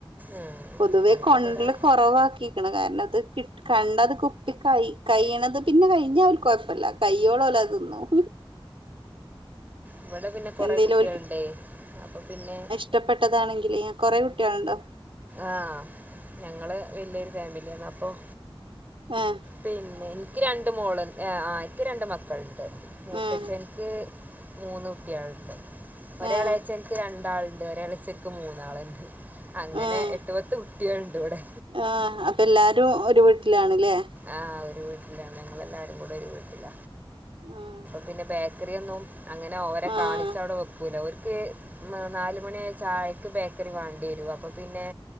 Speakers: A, on the right (about 20°); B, on the right (about 70°).
A: ആഹ്
B: പൊതുവേ
A: ഞങ്ങളിവിടെ
B: കൊണ്ടര്ല് കൊറവാക്കീക്ക്ണ് കാരണം ത് കി കണ്ടാ ത് കുപ്പി കൈ കൈയ്യ്ണത് പിന്നെ കയ്ഞ്ഞാ അവര്ക്കൊഴപ്പല്ല കയ്യോളലത് ത്‌ന്നും
A: ഇബെടെ പിന്നെ കാെറേ
B: എന്തേലും
A: കുട്ട്യേൾണ്ടേ അപ്പം പിന്നേ
B: ട്ടപ്പെട്ടതാണെങ്കില് ഞൻ കൊറേ കുട്ട്യാൾണ്ടോ
A: ആഹ് ഞങ്ങള് വെല്യാെര് ഫാമില്യാണ് അപ്പം
B: എഹ്
A: പിന്നെ ഇൻക്ക് രണ്ട് മോള് എഹ് ആഹ് നിക്ക് രണ്ട് മക്കളുണ്ട് മൂത്തച്ഛൻക്ക്
B: ഏഹ്
A: മൂന്ന് കുട്ടികളുണ്ട് ഒരാളാച്ചൻക്ക്
B: ഏഹ്
A: രണ്ടാളണ്ട് ഒരളച്ചൻക്ക് മൂന്നാളണ്ട് അങ്ങനെ
B: ഏഹ്
A: എട്ട് പത്ത് കുട്ടിക്കൾ ഉണ്ട് ഇവിടെ
B: ആഹ് അപ്പൊ എല്ലാരും ഒരു വീട്ടിലാണ്ല്ലേ
A: ആഹ് ഒരു വീട്ടിലാണ് നങ്ങളെല്ലാരും കൂടെ ഒരു വീട്ടില
B: ഉം
A: പിന്നെ ബേക്കറി ഒന്നും അങ്ങനെ ഓരെ
B: ആഹ്
A: കാണിച്ച അവിടെ വെക്കും ക്കൂല ഒർക്ക് നാലുമണിയ ചായ്ക്ക് ബേക്കറി വേണ്ടി വരു അപ്പൊ പിന്നെ